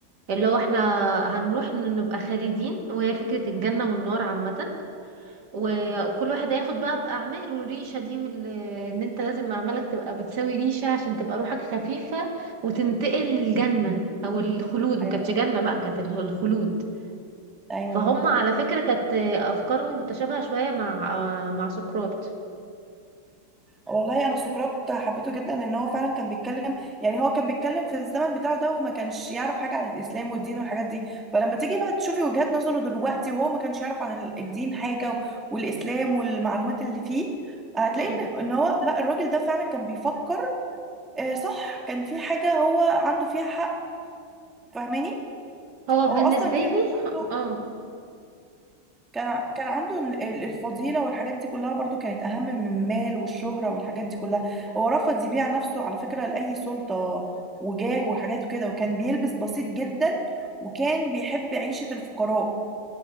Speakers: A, on the right; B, in the centre.
A: اللي هو احنا هنروح نبقى خالدين وهي فكرة الجنة والنار عامة و- وكل واحد هياخد بقى بأعماله الريشة دي وال... ان انت لازم أعمالك تبقى بتساوي ريشة عشان تبقى روحك خفيفة وتنتقل للجنة أو الخلود
B: ايوه
A: ما كانتش جنة بقى كانت ال- الخلود
B: ايوه
A: فهم على فكرة كانت أفكارهم متشابهة شوية مع مع سقراط
B: والله انا سقراط حبيته جدا لان هو فعلا كان بيتكلم يعني هو كان بيتكلم في الزمن بتاعه ده وما كانش يعرف حاجه عن الاسلام والدين والحاجات دي فلما تيجي بقى تشوفي وجهات نظره دلوقتي وهو ما كانش يعرف عن ال- الدين حاجه و- والاسلام والمعلومات اللي فيه هتلاقي
A: امم
B: ان إن هو لا الراجل ده فعلا كان بيفكر آه، صح كان في حاجه هو عنده فيها حق فاهماني
A: هو بالنسبة
B: هو اصلا كان
A: لي
B: عنده
A: اه
B: كان كان عنده ال- ال- الفضيلة والحاجات دي كلها برضو كانت أهم من المال والشهرة والحاجات دي كلها هو رفض يبيع نفسه على فكرة لأي سلطة وجاه وحاجات كده وكان بيلبس بسيط جدا وكان بيحب عيشة الفقراء